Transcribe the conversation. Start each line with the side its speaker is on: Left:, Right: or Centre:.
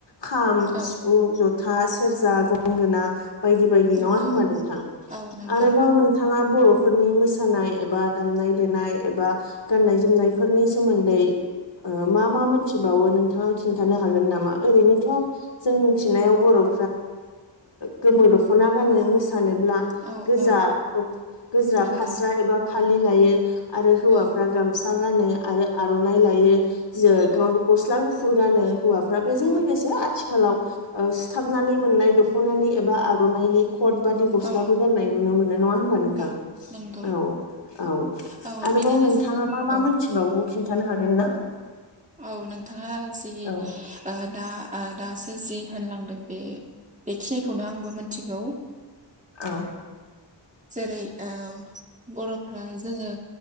Left: खाम
Right: औ
Left: सिफुं जथा सेरजा गंगोना बायदि बायदि
Right: नंगौ
Left: नङा होनबा नोंथां
Right: औ नंगौ
Left: आरोबाव नोंथाङा बर' फोरनि मोसानाय एबा दामनाय देनाय एबा गान्नाय जोमनायफोरनि सोमोन्दै ओ मा मा मोनथिबावो नोंथाङा खिन्थानो हागोन नामा ओरैनोथ' जों मिथिनायाव बर' ओ गोमो दखना गानो सानोब्ला
Right: औ
Left: गोजा
Right: औ
Left: गोजा
Right: नंगौ
Left: द फास्रा एबा फालि लायो आरो हौवाफ्रा
Right: औ
Left: गामसा गानो आरो आर'नाइ लायो जों
Right: औ
Left: गस्ला गु गुफुर गानो हौवाफ्रा बेजों
Right: औ
Left: लोगोसे आथिखालाव ओ सुथाबनानै मोननाय ख'नानि एबा आर'नाइनि कट बादि गस्लाबो
Right: औ
Left: गान्नाय नुनो मोनो नङा होमबा नोंथां
Right: औ नंगौ
Left: औ औ
Right: औ
Left: आरोबाव
Right: बिदिनो
Left: नोंथाङा
Right: जोङो
Left: मा मा
Right: औ
Left: मिथिबावगो खिन्थानो हागोन ना
Right: औ नोंथाङा जि
Left: औ
Right: ओ दा दा जि होनलांदों बे बेखिनिखौनो आंबो मिथिगौ
Left: औ
Right: जेरै ओ बर'फ्रा जोङो